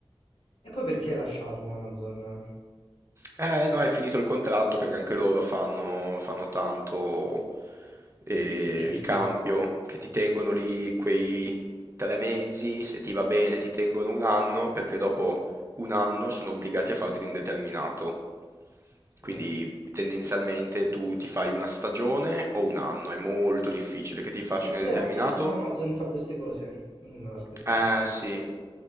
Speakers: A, on the left (about 80°); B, on the right (about 30°).
A: E poi perché hai lasciato Amazon
B: Eh, no, è finito il contratto perché anche loro fanno, fanno tanto eh,
A: il ciclo?
B: ricambio, che ti tengono lì quei tre mesi, se ti va bene ti tengono un anno, perché dopo un anno sono obbligati a farti l'indeterminato.
A: Sì.
B: Quindi tendenzialmente tu ti fai una stagione o un anno, è molto difficile che ti facciano
A: Eppure
B: l'indeterminato
A: la stessa Amazon fa queste cose. Non me l'aspettavo,
B: eh
A: sinceramente.
B: sì, eh,